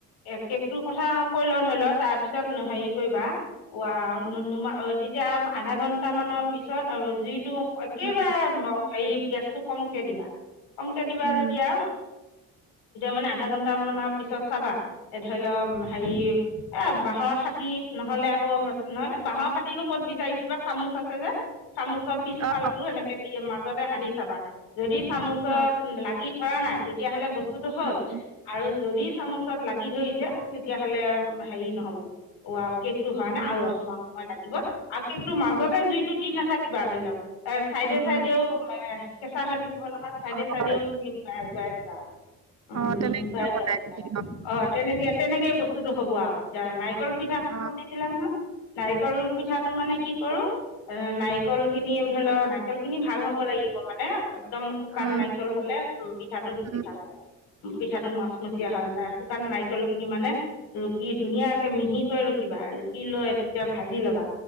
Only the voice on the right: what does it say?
উম
উম
উম
অ
অ
উম
অ
অ
উম
হয়
অ তেনেকে বনাই নেকি
অ
উম
উম